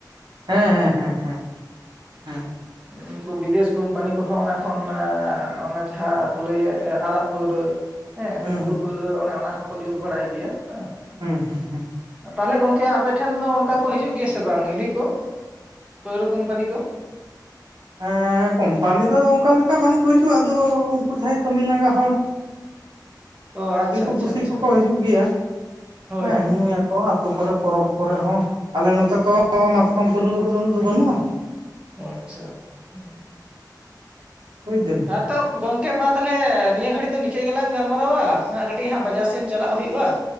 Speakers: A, on the right; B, on the right.
A: ᱦᱮᱸ ᱦᱮᱸ ᱦᱮᱸ᱾ ᱦᱮᱸ ᱦᱮᱸ
B: ᱩᱱᱠᱩ ᱵᱤᱫᱮᱥ ᱠᱚᱢᱯᱟᱱᱤ ᱠᱚᱦᱚᱸ ᱚᱱᱟ ᱠᱷᱚᱱ ᱚᱱᱮ ᱡᱟᱦᱟᱸ ᱠᱚ ᱞᱟᱹᱭᱮᱫ ᱟᱨᱟᱜ ᱯᱟᱹᱣᱨᱟᱹ ᱦᱮᱸ
A: ᱦᱩᱸ
B: ᱥᱮ ᱯᱩᱲ
A: ᱦᱩᱸ
B: ᱯᱟᱹᱣᱨᱟᱹ <unintelligible> ᱚᱱᱮ ᱚᱱᱟ ᱦᱚᱠᱚ ᱡᱩᱛ ᱵᱟᱲᱟᱭ ᱜᱮᱭᱟ ᱦᱮᱸ᱾
A: ᱦᱩᱸ ᱦᱩᱸ ᱦᱩᱸ᱾
B: ᱛᱟᱦᱚᱞᱮ ᱜᱚᱝᱠᱮ ᱟᱯᱮ ᱴᱷᱮᱱ ᱫᱚ ᱚᱱᱠᱟ ᱠᱚ ᱦᱤᱡᱩᱜ ᱜᱮᱭᱟ ᱥᱮ ᱵᱟᱝ ᱤᱫᱤ ᱠᱚ ᱯᱟᱹᱣᱨᱟᱹ ᱠᱳᱢᱯᱟᱱᱤ ᱠᱚ?
A: ᱮ ᱠᱚᱳᱢᱯᱟᱱᱤ ᱫᱚ ᱚᱱᱠᱟ ᱞᱮᱠᱟ ᱵᱟᱝ ᱠᱚ ᱦᱤᱡᱩᱜ-ᱟ ᱟᱫᱚ ᱩᱱᱠᱩ ᱡᱟᱦᱟᱸᱭ ᱠᱟᱹᱢᱤ ᱞᱟᱸᱜᱟ ᱦᱚᱲ
B: ᱚ ᱟᱪᱪᱷᱟ
A: ᱫᱤᱠᱩ
B: ᱟᱪᱪᱷᱟ
A: ᱯᱩᱥᱤ
B: ᱟᱪᱪᱷᱟ
A: ᱠᱚᱠᱚ ᱦᱤᱡᱩᱜ ᱜᱮᱭᱟ
B: ᱦᱳᱭ
A: ᱦᱮᱸ
B: ᱦᱳᱭ
A: ᱧᱩᱭ ᱟᱠᱚ ᱟᱹᱛᱩ ᱠᱚᱨᱮ ᱯᱚᱨᱚᱵᱽ ᱠᱚᱨᱮ ᱦᱚᱸ ᱟᱞᱮ ᱱᱚᱛᱮ ᱛᱚ ᱢᱟᱛᱠᱚᱢ ᱯᱟᱹᱨᱣᱟᱹ ᱠᱚᱫᱚ ᱩᱱᱟᱹᱜ ᱫᱚ ᱵᱟᱹᱱᱩᱜ-ᱟ᱾
B: ᱚ ᱟᱪᱪᱷᱟ ᱦᱩᱸ
A: <unintelligible>
B: ᱛᱚ ᱜᱚᱝᱠᱮ ᱢᱟ ᱛᱟᱦᱚᱞᱮ ᱱᱤᱭᱟᱹ ᱜᱷᱟᱹᱲᱤᱡ ᱫᱚ ᱱᱤᱝᱟᱹ ᱜᱮᱞᱟᱝ ᱜᱟᱞᱢᱟᱨᱟᱣᱟ ᱠᱟᱹᱴᱤᱡ ᱦᱟᱸᱜ ᱵᱟᱡᱟᱨ ᱥᱮᱫ ᱪᱟᱞᱟᱜ ᱦᱩᱭᱩᱜ-ᱟ᱾